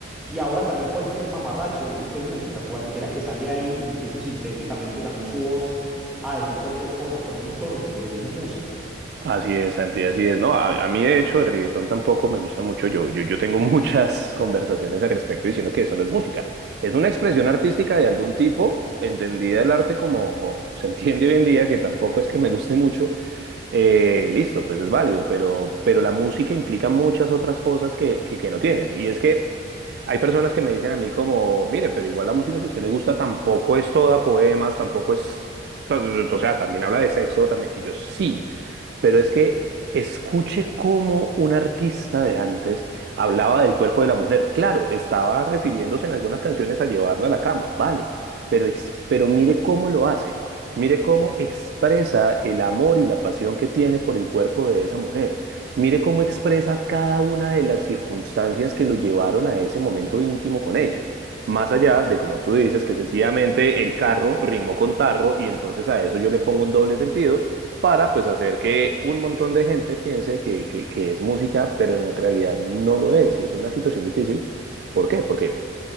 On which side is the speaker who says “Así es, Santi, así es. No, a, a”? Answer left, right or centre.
Right